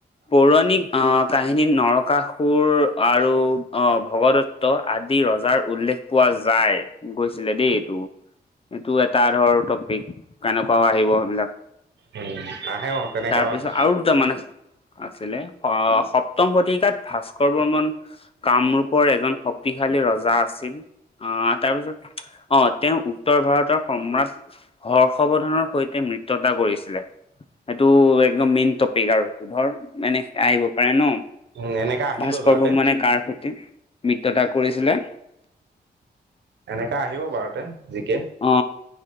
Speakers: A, on the left; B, on the right.
A: পৌৰাণিক অ' কাহিনী। নৰকাসুৰ আৰু ভগদত্ত আদি ৰজাৰ উল্লেখ পোৱা যায়। গৈছিলে দেই এইটো এইটো এটা ধৰ টপিক কেনেকুৱাও আহিব সেইবিলাক।
B: উম, আহে অ', তেনেকাও
A: তাৰপিছত
B: আহে
A: আৰু দুটা মা‌ন আছে। আছিলে অ' সপ্তম শতি তাত ভাস্কৰ বৰ্মন কামৰূপৰ এজন শক্তিশালী ৰজা আছিল। অ' তাৰ পিছত অহ, তেওঁ উত্তৰ ভাৰতৰ সম্ৰাট হৰ্ষবৰ্ধনৰ সৈতে মিত্ৰতা কৰিছিলে। সেইটো একদম মেইন টপিক আৰু সেইটো ধৰ এনে আহিব পাৰে ন।
B: উম, এনেকা আহিবই
A: ভাস্কৰ
B: বাৰুতে
A: বৰ্মনে কাৰ সৈতে মিত্ৰতা কৰিছিলে?
B: এনেকা আহিব বাৰুতে জিকে।
A: অ